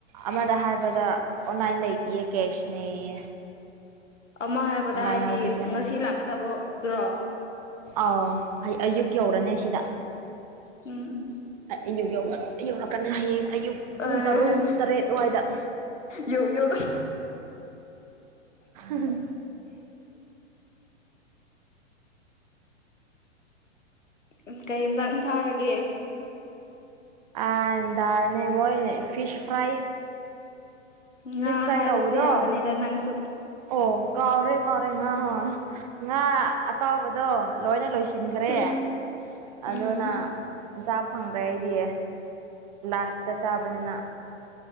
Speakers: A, on the right (about 35°); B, on the left (about 80°).
A: ꯑꯃꯗ ꯍꯥꯏꯕꯗ ꯑꯣꯟꯂꯥꯏꯟ ꯂꯩꯇꯌꯦ ꯀꯦꯁꯅꯦꯌꯦ
B: ꯑꯃ ꯍꯥꯏꯕꯗ
A: ꯑꯣꯟꯂꯥꯏꯟ
B: ꯍꯥꯏꯗꯤ
A: ꯍꯧꯖꯤꯛ
B: ꯉꯁꯤ ꯂꯥꯛꯀꯗꯕ꯭ꯔꯣ
A: ꯑꯥ ꯑꯌꯨꯛ ꯌꯧꯔꯅꯦ ꯁꯤꯗ
B: ꯎꯝ ꯎꯝ
A: ꯑꯌꯨꯛ ꯉꯟꯅꯥ ꯌꯧꯔꯛꯀꯅꯤ ꯍꯌꯦꯡ ꯑꯌꯨꯛ ꯄꯨꯡ
B: ꯑ
A: ꯇꯔꯨꯛ ꯇꯔꯦꯠ ꯑꯗꯨꯋꯥꯏꯗ
B: ꯌꯣ ꯌꯣ
A: ꯍꯝ ꯍꯝ
B: ꯎ ꯀꯩ ꯌꯦꯟꯖꯥꯡ ꯊꯥꯔꯒꯦ
A: ꯑ ꯇꯔꯅꯦ ꯃꯣꯏ ꯐꯤꯁ ꯐ꯭ꯔꯥꯏ
B: ꯉꯥ
A: ꯐꯤꯁ ꯐ꯭ꯔꯥꯏ
B: ꯍꯥꯏꯕꯁꯨ
A: ꯇꯧꯕꯗꯣ
B: ꯌꯥꯕꯅꯤꯗ ꯅꯪꯁꯨ
A: ꯑꯣ ꯀꯥꯎꯔꯦ ꯀꯥꯎꯔꯦ ꯉꯥ ꯉꯥ ꯑꯇꯥꯎꯕꯗꯣ ꯂꯣꯏꯅ ꯂꯣꯏꯁꯤ ꯆꯤꯟꯈ꯭ꯔꯦ
B: ꯎꯝ
A: ꯑꯗꯨꯅ
B: ꯎꯝ
A: ꯆꯥꯕ ꯐꯪꯗ꯭ꯔꯦ ꯑꯩꯗꯤ ꯂꯥꯁꯇ ꯆꯥꯕꯅꯤꯅ